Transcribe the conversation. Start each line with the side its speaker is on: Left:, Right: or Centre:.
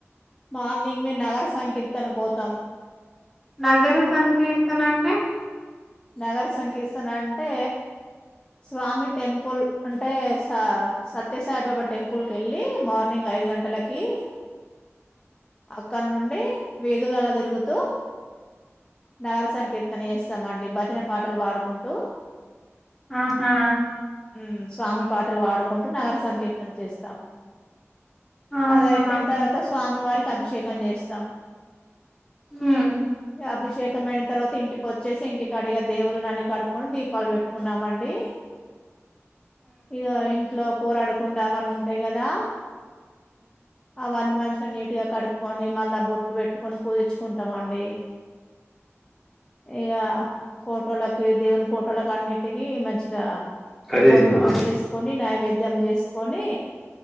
Left: మార్నింగ్ మేమ్ నగర సంకీర్తనకోతం
Centre: నగర సంకీర్తన అంటే
Left: నగర సంకీస్తన అంటే స్వామి టెంపుల్ అంటే స సత్ త్యసాయిబాబా టెంపుల్క్కేళ్ళి మార్నింగ్ ఐదు గంటలకి అక్కడి నుండి వీధులల్ల తిరుగుతూ నగర సంకీర్తన చేస్తామండి భజన పాటలు పాడుకుంటూ
Centre: ఆహా
Left: ఉమ్ స్వామి పాటలు పాడుకుంటు నగర సంకీర్తన చేస్తాం
Centre: ఆహా
Left: అదయిపోయిన తర్వాత స్వామి వారికి అభిషేకం చేస్తాం
Centre: ఉహ్మ్
Left: అభిషేకమైన తర్వాత ఇంటికొచ్చేసి ఇంటి క్కడిగా దేవుళ అన్ని కడుక్కొని దీపాలు పెట్టుకున్నామండి ఇగ ఇంట్లో కూరడకుండా అవన్నీ ఉంటయి గదా అవన్నీ మంచిగా నీట్గా కడుక్కొని మళ్ళా బొట్లు పెట్టుకొని పూదిచ్చుకుంటమండి ఇగా ఫోటోలకి దేవుని ఫోటోలకు అన్నిటికి మంచిగా
Centre: కట్ చేసినవా
Left: బొట్లు పెట్టేసుకొని నైవేద్యం చేసు కొని